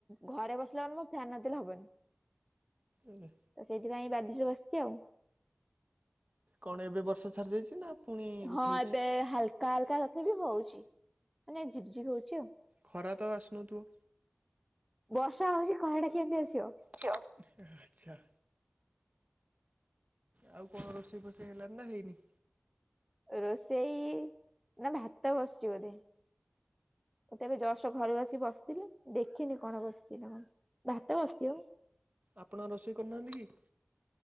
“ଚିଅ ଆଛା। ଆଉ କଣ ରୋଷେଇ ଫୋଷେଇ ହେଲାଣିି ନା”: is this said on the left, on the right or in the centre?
Right